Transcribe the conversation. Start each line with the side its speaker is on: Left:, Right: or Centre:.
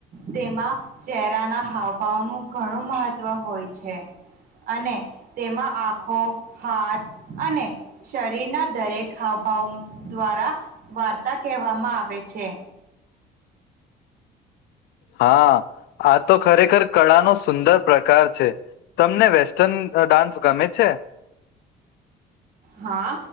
Right: તેમાં ચહેરાના હાવભાવનું ઘણું મહત્ત્વ હોય છે. અને તેમાં આંખો, હાથ અને શરીરના દરેક હાવભાવ દ્વારા વાર્તા કહેવામાં આવે છે.
Left: હા, આ તો ખરેખર કળાનો સુંદર પ્રકાર છે. તમને વેસ્ટર્ન ડાન્સ ગમે છે?
Right: હા,